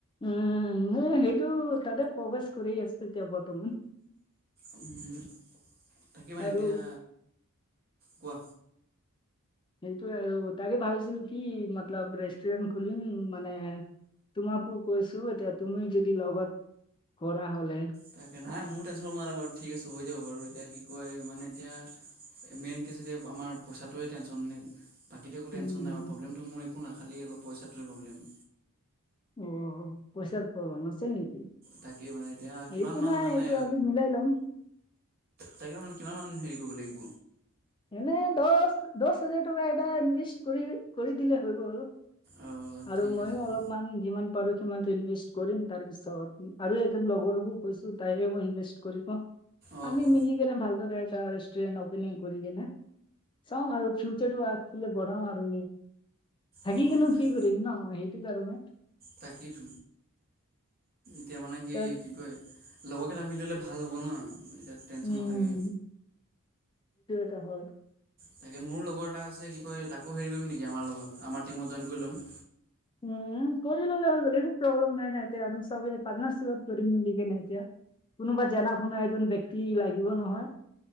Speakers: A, on the left; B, on the right.
A: উম, মই সেইটো তাতে ফকাচ কৰি আছো এতিয়া বৰ্তমান।
B: উম, থাকিবা
A: আৰু
B: এতিয়া কোৱা
A: সেইটোয়ে আৰু তাকে ভাবিছিলো, কি মতলাব ৰেষ্টুৰেণ্ট খুলিম মানে তোমাকো কৈছো এতিয়া, তুমি যদি লগত কৰা হলে
B: তাকে নাই মোৰ টেনশ্যন ল'ব নালাগে বাৰু ঠিক আছে হৈ যাব বাৰু এতিয়া কি কয়, মানে এতিয়া মেই <unintelligible> এতিয়া আমাৰ পইচাটোৱে টেনচন নেকি। বাকীটো একো
A: উম,
B: টেনশ্যন নাই বাৰু প্ৰব্লেমটো মোৰ একো নাই, খালী অলপ পইচাটোৰে প্ৰব্লেম।
A: অ', পইচাৰ <unintelligible> আছে নেকি?
B: তাকেই মানে এতিয়া, কিমান
A: একো
B: মান
A: নাই
B: মানে
A: এইটো আমি মিলাই ল'ম
B: তাকে মানে কিমান মান হেৰি কৰিব লাগিব?
A: এনে দহ-দহ হাজাৰ টকা এটা ইনভেষ্ট কৰি কৰি দিলে হৈ গ'ল। আৰু
B: অঁ ঠিক
A: ময়ো
B: আছে বাৰু
A: অলপমান যিমান পাৰোঁ সিমানটো ইনভেষ্ট কৰিম তাৰ পিছত, আৰু এজন লগৰকো কৈছো, তাইও ইনভেষ্ট কৰিব।
B: অঁ
A: আমি
B: অঁ
A: মিলি কেনে ভালদৰে এটা ৰেষ্টুৰেণ্ট অপেনিং কৰি কেনে চাওঁ আৰু ফিউচাৰটো আগফালে বঢ়াও আৰু। থাকি
B: অঁ
A: কেনেও
B: তাক
A: কি কৰিম ন, সেইটো কাৰণে।
B: তাকেইতো এতিয়া মানে কি-কি
A: তাত
B: কয়, লগৰ কেইটা মিলালে ভাল হ'ব না। উম, এতিয়া টেনশ্যন
A: উম
B: নাথাকে।
A: <unintelligible>
B: তাকে মোৰ লগৰ এটা আছে কি কয়, তাকো হেৰি কৰিম নেকি আমাৰ লগত, আমাৰ টিমত জইন কৰি ল'ম।
A: উম কৰি ল'লে হৈ গ'ল একো প্ৰব্লেম নাই না, এতিয়া আমি চবে পাৰ্টনাৰশ্বিপত কৰিম, মিলি কেনে এতিয়া। কোনোবা জানা শুনা এজন ব্যক্তি লাগিব নহয়।